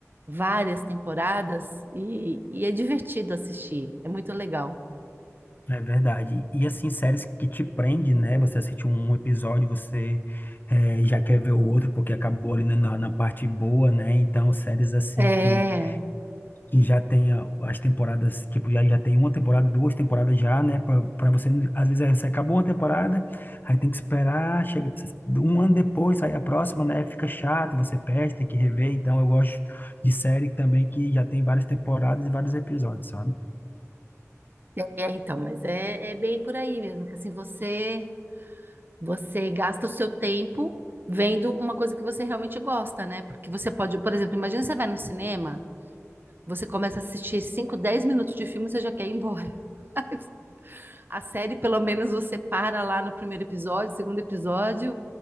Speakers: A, on the right (about 40°); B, on the left (about 40°).
A: várias temporadas e, e é divertido assistir. É muito legal.
B: É verdade. E assim, séries que te prende, né? Você assiste um episódio, você eh, já quer ver o outro, porque acabou ali na, na na parte boa, né? Então, séries assim
A: É,
B: que, que já tem a- as temporadas, tipo, já, já tem uma temporada, duas temporadas já, né? Pra, pra você, não- às vezes, aí você acabou uma temporada, aí tem que esperar, chega um ano depois, sai a próxima, né? Fica chato, você perde, tem que rever. Então, eu gosto de série também que já tem várias temporadas e vários episódios, sabe?
A: é, então, mas é, é bem por aí mesmo, que assim você Você gasta o seu tempo vendo uma coisa que você realmente gosta, né? Porque você pode, por exemplo, imagina você vai no cinema, você começa a assistir 5, 10 minutos de filme, você já quer ir embora. <laughs> A série, pelo menos, você para lá no primeiro episódio, segundo episódio